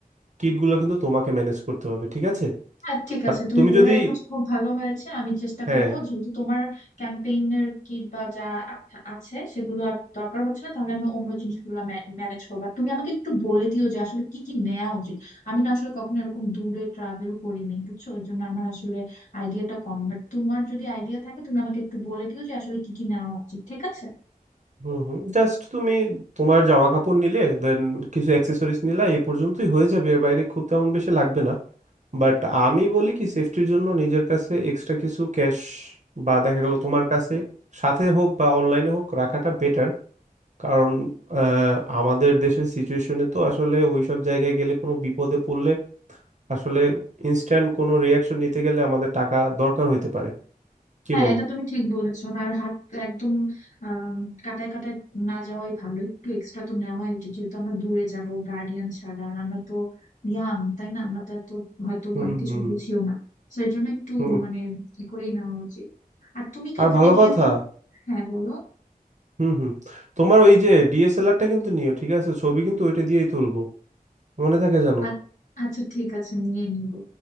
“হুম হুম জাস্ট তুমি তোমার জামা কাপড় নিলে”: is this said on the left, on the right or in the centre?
Right